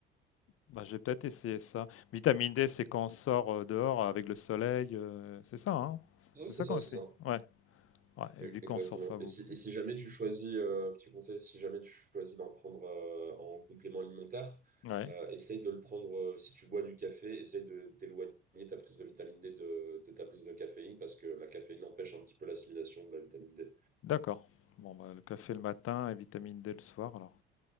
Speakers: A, on the left; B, on the right.
A: Bah, j'ai peut-être essayé ça. Vitamine D, c'est quand on sort euh, dehors avec le soleil, euh, c'est ça, hein?
B: oui,
A: C'est
B: c'est
A: ça
B: ça,
A: qu'on
B: c'est
A: sait.
B: ça.
A: Ouais, ouais,
B: E-
A: et vu qu'on
B: Exactement.
A: sort pas beaucoup.
B: Et si, et si jamais tu choisis, euh, petit conseil, si jamais tu choisis d'en prendre euh, en complément alimentaire,
A: Ouais,
B: euh, essaye de le prendre, euh, si tu bois du café, essaye de d'éloigner ta prise de vitamine D de, de ta prise de caféine parce que la caféine empêche un petit peu l'assimilation de la vitamine D.
A: d'accord. Bon, bah, le café le matin et vitamine D le soir, alors.